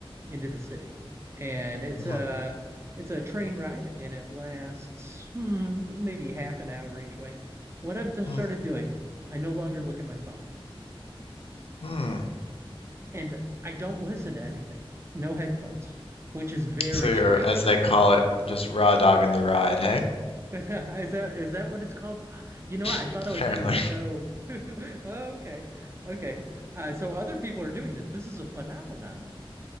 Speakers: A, on the right; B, on the left.
A: into the city, and it's
B: mhm,
A: a it's a train ride, and it lasts hmm, maybe half an hour each way. What I've just
B: mm,
A: started doing, I no longer look at my phone.
B: mm.
A: and I don't listen to anything. No headphones, which is very
B: So you're,
A: strange
B: as
A: for
B: they
A: me.
B: call it, just raw dogging the ride, hey?
A: <laughs> Is that is that what it's called? You know, what? I thought
B: <laughs>
A: I was
B: Apparently.
A: being so <laughs> Oh, okay. Okay. Uh, so other people are doing this. This is a phenomenon then.